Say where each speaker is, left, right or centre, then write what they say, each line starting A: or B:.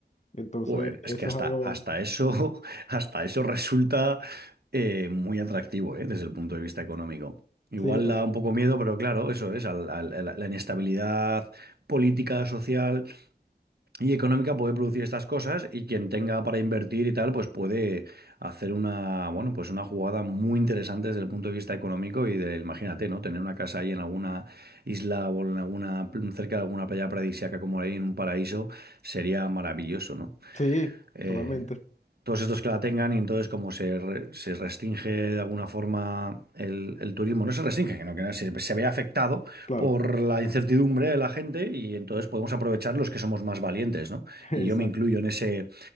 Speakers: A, on the left; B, on the right.
A: Entonces,
B: Joder,
A: eso
B: es que hasta,
A: es algo,
B: hasta eso, <laughs> hasta eso resulta eh, muy atractivo, ¿eh? Desde el punto de vista económico. Igual
A: sí, total,
B: da un poco miedo, pero claro, eso es, al- al- la la inestabilidad política, social y económica puede producir estas cosas y quien tenga para invertir y tal, pues puede hacer una, bueno, pues una jugada muy interesante desde el punto de vista económico y de, imagínate, ¿no? Tener una casa ahí en alguna isla o en alguna, cerca de alguna playa paradisíaca como ahí en un paraíso sería maravilloso, ¿no?
A: sí,
B: eh,
A: totalmente,
B: todos estos que la tengan y entonces como se, re- se restringe de alguna forma el, el turismo, no se restringe, sino que se, se ve afectado
A: claro,
B: por la incertidumbre de la gente y entonces podemos aprovechar los que somos más valientes, ¿no?
A: <laughs> exacto,
B: Y yo me incluyo en ese,